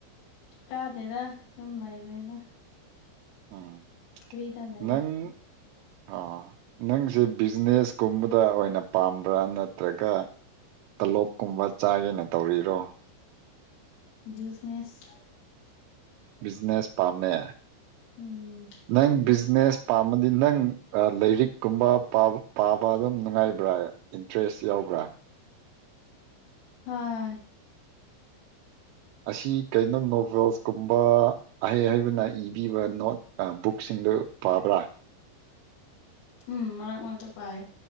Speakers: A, on the left; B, on the right.
A: ꯀꯥꯗꯦꯗ ꯁꯨꯝ ꯂꯩꯕꯅꯤꯗ
B: ꯎꯝ
A: ꯐ꯭ꯔꯤꯗ ꯂꯩꯌꯦ
B: ꯅꯪ ꯑꯣ ꯅꯪꯁꯦ ꯕꯤꯖꯤꯅꯦꯁꯀꯨꯝꯕꯗ ꯑꯣꯏꯅ ꯄꯥꯝꯕ꯭ꯔꯥ ꯅꯠꯇ꯭ꯔꯒ ꯇꯣꯂꯣꯞꯀꯨꯝꯕ ꯆꯥꯒꯦꯅ ꯇꯧꯔꯤꯔꯣ
A: ꯕꯤꯖꯤꯅꯦꯁ
B: ꯕꯤꯖꯤꯅꯦꯁ ꯄꯥꯝꯃꯦ
A: ꯎꯝ
B: ꯅꯪ ꯕꯤꯖꯤꯅꯦꯁ ꯄꯥꯝꯃꯗꯤ ꯅꯪ ꯑ ꯂꯥꯏꯔꯤꯛꯀꯨꯝꯕ ꯄꯥꯕ ꯑꯗꯨꯝ ꯅꯨꯡꯉꯥꯏꯕ꯭ꯔꯥ ꯏꯟꯇꯔꯦꯁ ꯌꯥꯎꯕ꯭ꯔꯥ
A: ꯑꯥ
B: ꯑꯁꯤ ꯀꯩꯅꯣ ꯅꯣꯕꯦꯜꯁꯀꯨꯝꯕ ꯑꯍꯩ ꯍꯍꯩꯕꯅ ꯏꯕꯤꯕ ꯅꯣꯠ ꯕꯨꯛꯁꯤꯡꯗꯨ ꯄꯥꯕ꯭ꯔꯥ
A: ꯎꯝ ꯃꯔꯛ ꯃꯔꯛꯇ ꯄꯥꯏꯌꯦ